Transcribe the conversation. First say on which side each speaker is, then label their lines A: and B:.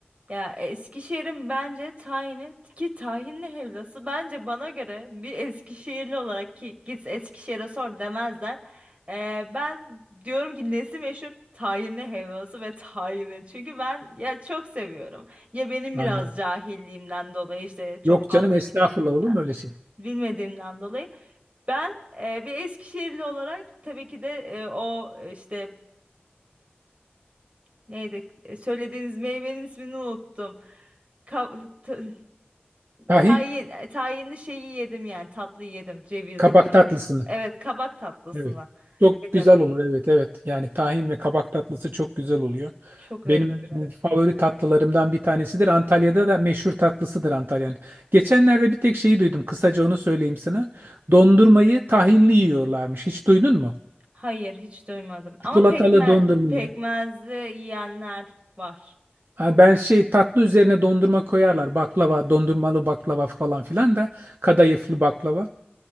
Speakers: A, on the right; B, on the right.
A: Ya Eskişehir'in bence tayini ki tahinli helvası bence bana göre bir Eskişehirli olarak ki git Eskişehir'e sor demezler. Ee, ben diyorum ki nesi meşhur? Tahinli helvası ve tahini. Çünkü ben ya çok seviyorum. Ya benim
B: Yani
A: biraz cahilliğimden dolayı işte çok
B: yok
A: fazla
B: canım estağfurullah
A: bilmediğimden
B: olur mu öyle şey?
A: bilmediğimden dolayı ben e, bir Eskişehirli olarak tabii ki de e, o işte Neydi? E, Söylediğiniz meyvenin ismini unuttum. Ka- ta-
B: Tahin
A: tayin, e, tayinli şeyi yedim yani tatlıyı yedim. Cevizli
B: kabak
A: tayin.
B: tatlısını.
A: Evet kabak tatlısını
B: Evet. Çok
A: yedim.
B: güzel olur. Evet evet. Yani tahin ve kabak tatlısı çok güzel oluyor.
A: Çok
B: Benim
A: lezzetli.
B: e, favori tatlılarımdan bir tanesidir. Antalya'da da meşhur tatlısıdır Antalya'nın. Geçenlerde bir tek şeyi duydum. Kısaca onu söyleyeyim sana. Dondurmayı tahinli yiyorlarmış. Hiç duydun mu?
A: Hayır hiç duymadım.
B: Çikolatalı
A: Ama pekme
B: dondurmayı.
A: pekmezli yiyenler var.
B: Ha, ben şey tatlı üzerine dondurma koyarlar. Baklava, dondurmalı baklava falan filan da kadayıflı baklava.